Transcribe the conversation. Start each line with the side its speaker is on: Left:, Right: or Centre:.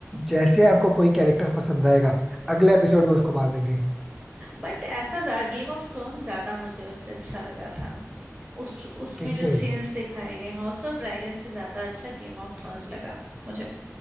Centre: जैसे आपको कोई कैरेक्टर पसंद आएगा अगले एपिसोड में उसको मार देंगे
Right: बट ऐसा गेम ऑफ थ्रोन ज्यादा मुझे उससे अच्छा लगा था उस उसमें
Centre: किससे
Right: जो सीन्स दिखाए गए हाउस ऑफ ड्रैगन से ज्यादा अच्छा गेम ऑफ थ्रोन्स लगा मुझे